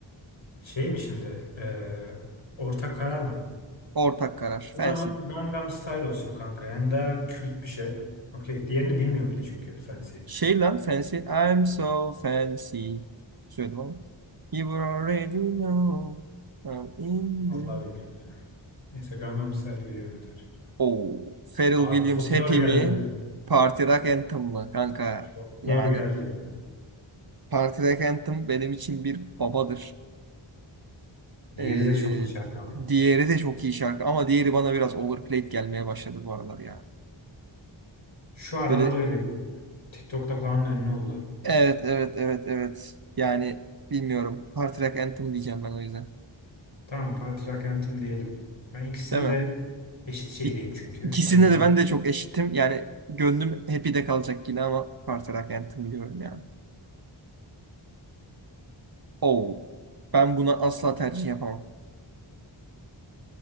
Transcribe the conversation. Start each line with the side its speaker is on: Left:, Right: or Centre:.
Left: Şey mi şimdi? Eee ortak karar mı?
Right: Ortak karar.
Left: O
Right: Fancy.
Left: zaman Gangnam Style olsun kanka. Yani daha kült bir şey. Okey. Diğerini bilmiyorum bile çünkü. Fancy.
Right: Şey lan Fancy. I'm so fancy. Söyledim ama. You already know. I'm in
Left: Vallahi
Right: the...
Left: bilmiyorum ya. Neyse Gangnam Style'ı biliyorum yeter.
Right: Oo. Pharrell
Left: Abi
Right: Williams
Left: çok zor
Right: Happy
Left: geldi.
Right: mi? Party Rock Anthem mı? Kanka
Left: Çok
Right: yani
Left: zor geldi.
Right: Party Rock Anthem benim için bir babadır.
Left: Diğeri
Right: Ee,
Left: de çok iyi şarkı ama.
Right: diğeri de çok iyi şarkı ama diğeri bana biraz overplayed gelmeye başladı bu aralar ya.
Left: Şu aralar
Right: Böyle
Left: öyle. TikTok'ta falan ünlü oldu.
Right: evet evet evet evet. Yani bilmiyorum. Party Rock Anthem diyeceğim ben o yüzden.
Left: Tamam Party Rock Anthem diyelim. Ben ikisine
Right: Değil mi?
Left: de eşit şeydeyim
Right: İk-
Left: çünkü.
Right: İkisinde
Left: O yüzden
Right: de ben de çok eşitim. Yani gönlüm Happy'de kalacak yine ama Party Rock Anthem diyorum ya. Oh. Ben buna asla tercih yapamam.